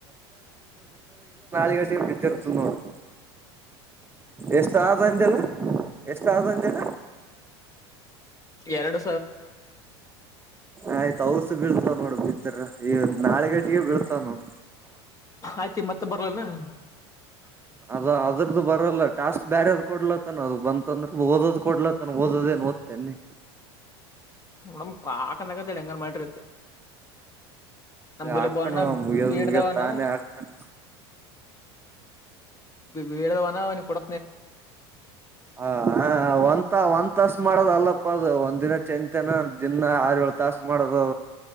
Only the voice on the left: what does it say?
ಎರಡು
ಆಯ್ತಿ ಮತ್ತೆ ಬರ್ಲನ.
ನಮ್ ಕಾಕಂದಗದಿ ಹೆಂಗಾರ ಮಾಡ್ರ ಇತ್ ನ
ಬೋಲೆ
ಬಳ್ಣ
ಬೀಡದವ
ನ
ವೇೇಳದನಾವ ಕೂಡ